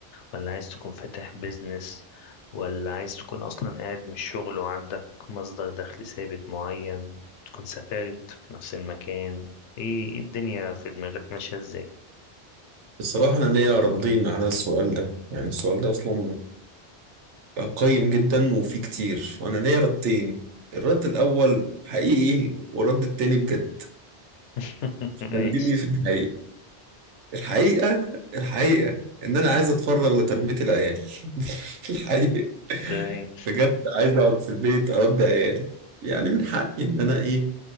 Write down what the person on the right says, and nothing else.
الصراحة أنا ليا ردين على السؤال ده يعني السؤال ده أصلا قيم جدا وفيه كتير وأنا ليا ردين الرد الأول حقيقي والرد التاني بجد
خليني في الحقيقي الحقيقة الحقيقة إن أنا عايز أتفرغ لتربية العيال <laughs> الحقيقة
بجد عايز أقعد في البيت أربي عيال يعني من حقي إن أنا إيه